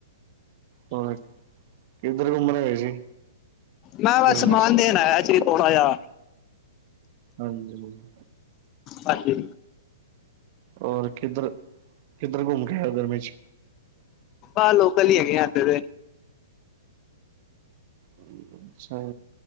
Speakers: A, on the right; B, on the left.
A: ਹੋਰ, ਕਿੱਧਰ ਘੁੰਮਣ ਗਏ ਸੀ?
B: ਮੈਂ ਬਸ
A: ਗਰਮੀਆਂ
B: ਸਮਾਨ
A: ਚ
B: ਦੇਣ ਆਯਾ ਜੇ ਥੋੜਾ ਜਾ।
A: ਹਾਂਜੀ
B: ਹਾਂਜੀ।
A: ਔਰ ਕਿੱਧਰ-ਕਿੱਧਰ ਘੁੰਮ ਕੇ ਆਏ ਓ, ਗਰਮੀ'ਚ?
B: ਆ ਲੋਕਲ ਹੀ ਹੈਗੇ ਆ, ਹਜੇ ਤੇ।
A: ਹੂੰ, ਅੱਛਾ।